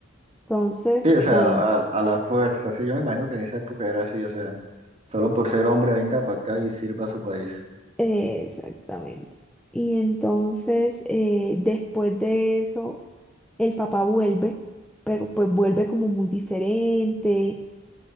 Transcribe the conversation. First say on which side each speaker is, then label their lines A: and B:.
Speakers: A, in the centre; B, on the right (about 30°).
A: Entonces,
B: Sí, o sea,
A: eh,
B: a la, a- a la fuerza. Sí, yo me imagino que en esa época era así, o sea, solo por ser hombre venga para acá y sirva a su país.
A: eh, exactamente. Y entonces, eh, después de eso, el papá vuelve, pero pues vuelve como muy diferente.